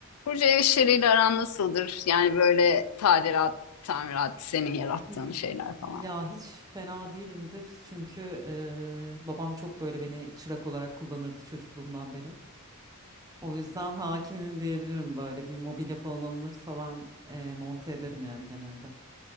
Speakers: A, on the left; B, on the right.
A: Burcu ev işleriyle aran nasıldır? Yani böyle tadilat, tamirat, senin yarattığın
B: Y-
A: şeyler
B: Ya
A: falan.
B: hiç fena değilimdir çünkü e, babam çok böyle beni çırak olarak kullanırdı çocukluğumdan beri. O yüzden hakimim diyebilirim böyle bir mobilya falan alınırsa ben e, monte ederim yani genelde.